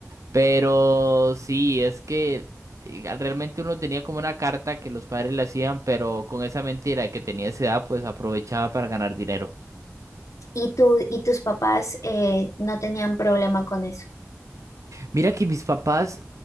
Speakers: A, on the right; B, on the left.
A: Pero sí, es que eh, realmente uno tenía como una carta que los padres le hacían, pero con esa mentira de que tenía esa edad, pues aprovechaba para ganar dinero.
B: ¿Y tú, y tus papás eh, no tenían problema con eso?
A: Mira que mis papás